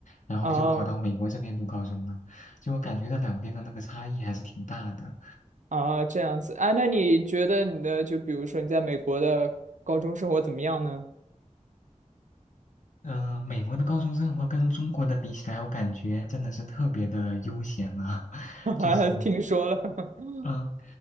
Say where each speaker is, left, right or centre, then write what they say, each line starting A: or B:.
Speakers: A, on the left (about 75°); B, on the right (about 75°).
A: 然后就跑到美国这边读高中了。
B: 啊
A: 就我感觉到两边的那个差异还是挺大的。
B: 啊，这样子，啊，那你觉得你的就比如说你在美国的高中生活怎么样呢？
A: 呃，美国的高中生活跟中国的比起来，我感觉真的是特别的悠闲啊，<laughs>
B: <laughs> 哈哈，
A: 就是
B: 听说了 <laughs>
A: 嗯，